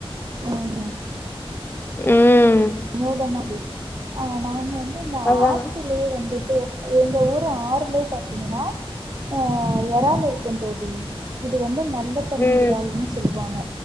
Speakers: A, on the right (about 40°); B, on the left (about 20°).
A: ம்
B: ம்
A: வினோதம அது ஆ நாங்க வந்து இந்த
B: அதா
A: ஆத்துலேயே வந்துட்டு எங்க ஊரு ஆறுலயே பாத்தீங்கன்னா அ எறால் இருக்கும் தோழி இது வந்து நல்ல தண்ணி
B: ம்
A: இறால்ன்னு சொல்லுவாங்க